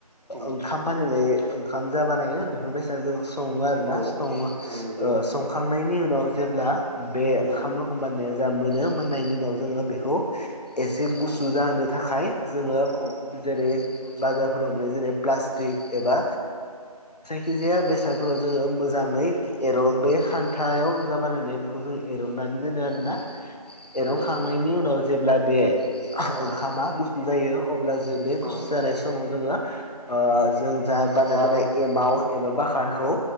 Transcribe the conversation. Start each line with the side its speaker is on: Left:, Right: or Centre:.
Right: औ
Left: ओंखाम फाननाय ओंखाम जा बानायो बेफोर बेसाद जों सङो आरोना
Right: औ
Left: सङो
Right: औ नंगौ
Left: संखांनायनि उनाव जेब्ला बे
Right: औ
Left: ओंखाम रखम बाननाया जा मोनो मोननायनि उनाव जोङो
Right: औ
Left: बेखौ एसे
Right: औ
Left: गुसु जोहोनो थाखाय जोङो
Right: औ
Left: जेरै बाजारफोराव मोन जेरै प्लास्टिक एबा खिजाया बेसादफोराव जोङो मोजाङै एर बे खान्थायाव जा बानायनाया बेखौ जों एरननानै दोनो आरोना
Right: नंगौ
Left: एरनखांनायनि उनाव जेब्ला बे
Right: औ
Left: ओंखामा गुसु जायो अब्ला जे बे गुसु
Right: औ
Left: जानाय समाव जोङो जों जा बानायना
Right: औ
Left: दोननाय एमाव एबा बकारखौ